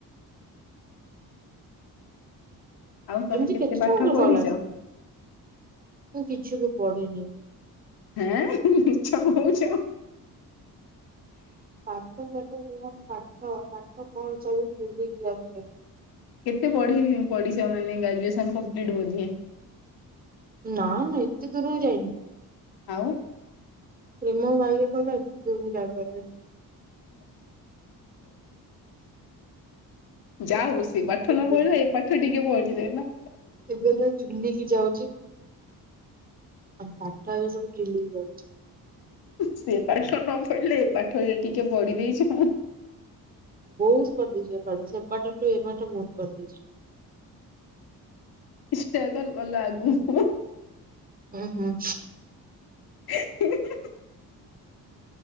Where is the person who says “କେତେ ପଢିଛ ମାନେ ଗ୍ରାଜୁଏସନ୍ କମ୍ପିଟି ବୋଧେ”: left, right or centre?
Left